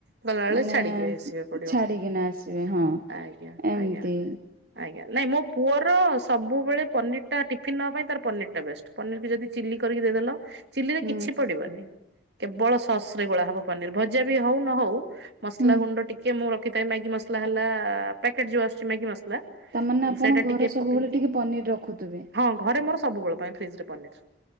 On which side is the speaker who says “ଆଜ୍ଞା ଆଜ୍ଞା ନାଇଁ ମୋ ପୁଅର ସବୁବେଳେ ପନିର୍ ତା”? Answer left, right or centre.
Right